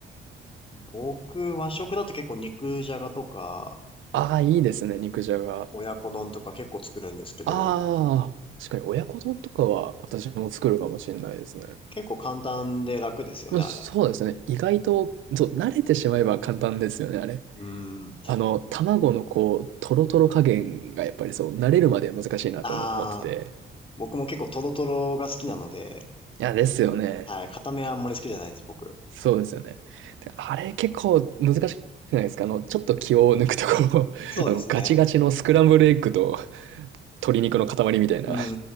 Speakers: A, on the left; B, on the right.
A: 僕、和食だと結構肉じゃがとか、
B: <laughs> ああ、いいですね、肉じゃが。
A: 親子丼とか結構作るんですけど、
B: ああ、確かに親子丼とかは私も作るかもしれないですね。
A: 結構簡単で楽ですよね、
B: まあ、
A: あれ。
B: そうですね。意外と、そう、慣れてしまえば簡単ですよね、あれ。
A: うん。
B: あの、卵のこう、トロトロ加減がやっぱりそう、慣れるまでは難しいなと思ってて。
A: ああ、僕も結構トロトロが好きなので、
B: いや、ですよね。
A: はい、硬めはあんまり好きじゃないです、僕。
B: そうですよね。で、あれ結構難しくないですかあの、ちょっと気を抜くとこう、
A: そうですね。
B: <laughs> あの、ガチガチのスクランブルエッグと鶏肉の塊みたいな
A: う